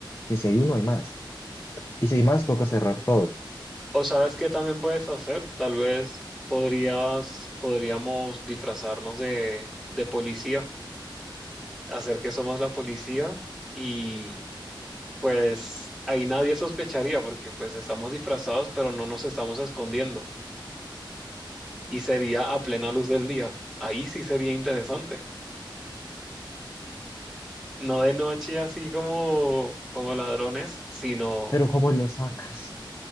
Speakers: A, on the left; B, in the centre.
A: que si hay uno, hay más. Y si hay más, toca cerrar todo.
B: O sabes qué también puedes hacer, tal vez podrías, podríamos disfrazarnos de, de policía, hacer que somos la policía y pues ahí nadie sospecharía porque pues estamos disfrazados pero no nos estamos escondiendo y sería a plena luz del día. Ahí sí sería interesante. No de noche así como, como ladrones, sino
A: Pero ¿cómo lo sacas?